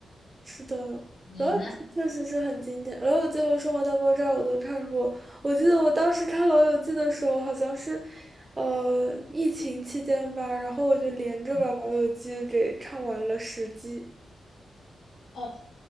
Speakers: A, on the right (about 20°); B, on the left (about 55°).
A: 是的，
B: 你呢？
A: 《老友记》确实是很经典，《老友记》和《生活大爆炸》我都看过。我记得我当时看《老友记》的时候，好像是呃疫情期间吧，然后我就连着把《老友记》给看完了十季。
B: 嗯哦。